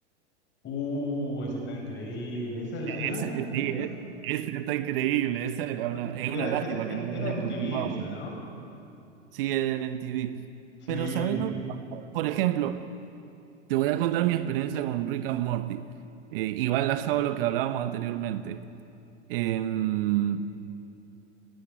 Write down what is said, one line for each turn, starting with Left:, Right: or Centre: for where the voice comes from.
Left: Uh, ese está increíble.
Right: E,
Left: Esa la, la-
Right: Esa,
Left: la-
Right: eh,
Left: no-
Right: sí,
Left: no-
Right: eh, esa está increíble, esa era
Left: no.
Right: una, es
Left: Era,
Right: una lástima
Left: era, era,
Right: que no
Left: era
Right: la hayan
Left: MTV
Right: continuado,
Left: esa,
Right: porque
Left: ¿no?
Right: sí, en el MTV.
Left: Sí,
Right: Pero, ¿sabes lo que pasa? Por ejemplo, Te voy a contar mi experiencia con Rick and Morty. Eh, y va enlazado a lo que hablábamos anteriormente. Em,